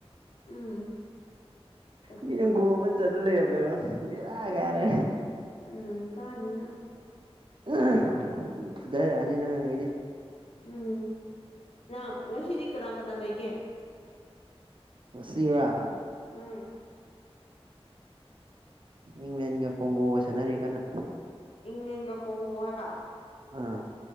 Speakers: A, on the left; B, on the right.
A: ꯎꯝ ꯆꯠꯁꯤꯔ
B: ꯃꯤꯅ ꯒꯣꯜ ꯑꯃꯥ ꯆꯜ ꯂꯩꯔꯝꯃꯦꯕ ꯕꯦꯔꯥ
A: ꯎꯝ
B: ꯀꯥꯔꯦ
A: ꯎꯝ ꯀꯥꯅꯤ ꯅꯪ
B: <unintelligible> ꯎꯝ ꯐꯨꯙꯔꯛꯑꯅꯤ ꯅꯪ ꯑꯗꯩꯩꯗꯤ
A: ꯎꯝ ꯅꯪ ꯉꯁꯤꯗꯤ ꯀꯅꯥ ꯀꯅꯥ ꯂꯩꯒꯦ
B: ꯉꯁꯤꯔꯥ
A: ꯎꯝ
B: ꯏꯪꯂꯦꯟꯒ ꯀꯣꯡꯒꯣꯒ ꯁꯥꯟꯅꯔꯤ ꯀꯟꯅ
A: ꯏꯪꯪꯂꯦꯟꯒ ꯀꯣꯡꯒꯣ ꯍꯥꯏꯕ
B: ꯑꯥ